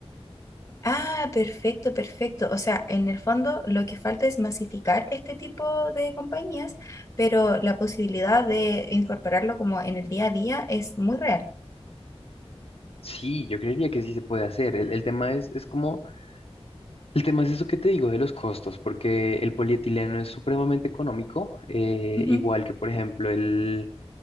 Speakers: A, on the left; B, on the left.
A: Ah, perfecto, perfecto. O sea, en el fondo lo que falta es masificar este tipo de compañías, pero la posibilidad de incorporarlo como en el día a día es muy real.
B: Sí, yo creería que sí se puede hacer. El, el tema es, es como El tema es eso que te digo de los costos, porque el polietileno es supremamente económico, eh,
A: Ujú.
B: igual que, por ejemplo, el,